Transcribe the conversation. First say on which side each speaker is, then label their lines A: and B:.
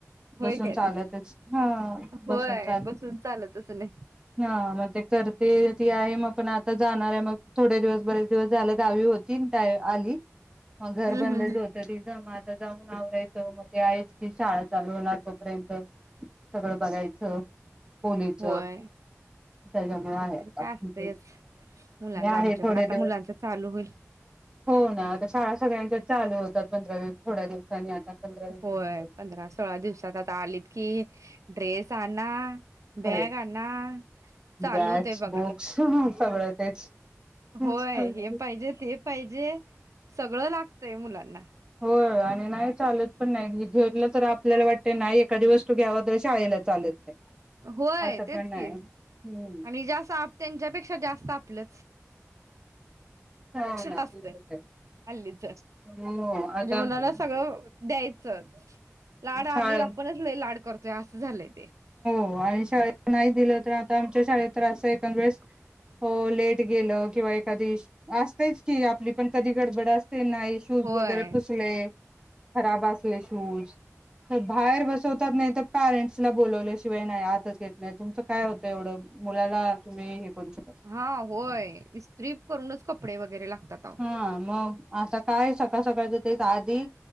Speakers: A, on the right; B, on the right.
A: होय
B: बसून
A: काय
B: चालतच
A: ते
B: हा
A: होय
B: बसून चाल
A: बसून चालतच नाही
B: हा म करते ती आ कायम आपण आत त जाणार आहे मग थोडे दिवस बरेच दिवस झालं गावी हो तीन टाय आली मग घर
A: हम्म
B: बंद
A: हम्म
B: आता
A: हम्म
B: जाऊन आवरायचं मग ते हायचकी शाळा चालू होणार तोपर्यंत सगळं बघायचं खोलीच
A: होय
B: त्याच्यामुळ आहे
A: ते तरी काय
B: आता
A: असतयच मुलांच
B: आहे
A: आमच्या
B: थोडे
A: पण आता
B: दिवस
A: मुलांच चालू होईल
B: हो ना आता शाळा सगळ्यांच्या चालू होत तर पंधरावी थोड्या दिवसांनी आता वीस
A: होय
B: दिवस
A: पंधरा सोळा दिवसात आता आलीत की ड्रेस आण बॅग
B: हो
A: आणा चालू
B: बॅग्स
A: होतंय बघा
B: बुक्स सगळं तेच तेच
A: होय
B: तेच
A: <unintelligible> हे पाहिजे ते पाहिजे सगळं लागतय मुलांना
B: हो आणि नाही चालत पण नाही घेऊलं तर आपल्याला वाटतं नाही एखादी वस्तू घ्याव तर शाळेला चालत नाही
A: होय
B: असं
A: तेच
B: पण नाही
A: कि
B: हम्म
A: आणि जास्त आप त्यांच्यापेक्षा जास्त आपलं <inaudible>
B: हो ना
A: असतयं
B: तेच होतंय.
A: हल्लीच म्हणजे
B: हो आता
A: मुलाना
B: आमच्या
A: सगळं द्यायचंच लाड आम्ही
B: शाळेत
A: आपणच लै लाड करतो ते अस झालयं ते
B: हो आणि शाळेत नाही दिलं तर आता आमच्या शाळेत तर अस एखादवेळेस हो लेट गेलं किंवा एखादी असतयचं की आपली पण कधी गडबड अस नाही शूज
A: होय
B: वगैरे पुसले खराब असले शूज तर बाहेर बसवतात नाही तर पॅरंटस परेंट्स ला बोलवल्याशिवाय नाही आतच येत नाही तुमचं काय होतं एवढं मुलाला तुम्ही करू शकता
A: हा होय इस्त्री करूनच कपडे वगैरे लागतात आओ
B: हा मग आता काय सकाळ सकाळच तेच आधी